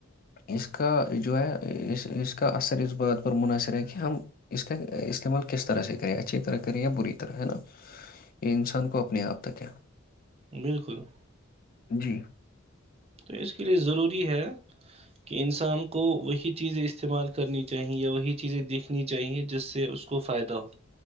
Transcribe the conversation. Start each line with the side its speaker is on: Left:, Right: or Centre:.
Left: اس کا جو ہے اس اس کا اثر اس بات پر منحصر ہے کہ ہم اس کا استعمال کس طرح سے کریں اچھی طرح کریں یا بری طرح ہے نا یہ انسان کو اپنے آپ تک ہے
Right: بالکل
Left: جی
Right: تو اس کے لیے ضروری ہے کہ انسان کو وہی چیزیں استعمال کرنی چاہیے یا وہی چیزیں دیکھنی چاہیے جس سے اس کو فائدہ ہو